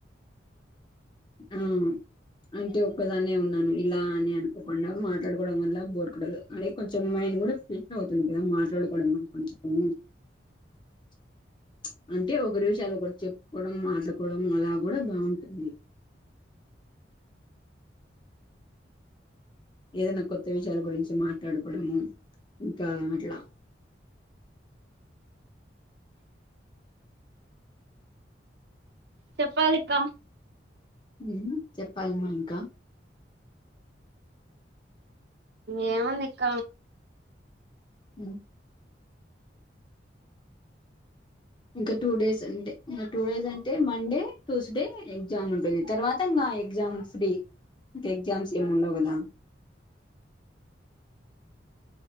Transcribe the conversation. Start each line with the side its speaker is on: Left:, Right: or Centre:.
Left: ఆ అంటే ఒక్కదానే ఉన్నాను ఇలా అని అనుకోకుండా మాట్లాడుకోవడం వల్ల బోర్ కొడదు అని కొంచెం మైండ్ కూడా ఫ్రీ అవు ఏద మాట్లాడపడ పంచము <unintelligible> అంటే ఒకరి విషయాలు ఒకరు చెప్పుకోవడం మాట్కోవడం అలా కూడా బాగుంటది ఏదైనా కొత్త విషయాల గురించి మాట్లాడుకోవడము ఇంకా అట్లా
Right: చెప్పాలికా
Left: ఉ చెప్పాలమ్మా ఇంకా
Right: ఏముంది ఇక్క
Left: అ ఇంక టూ డేస్ అంతే ఇంకా టూ డేస్ అంటే మండే ట్యూస్డే ఎగ్జామ్ ఉంటది తర్వాత ఇంకా ఎగ్జామ్ ఫ్రీ ఇంక ఎగ్జామ్స్ ఏమి ఉండవు కదా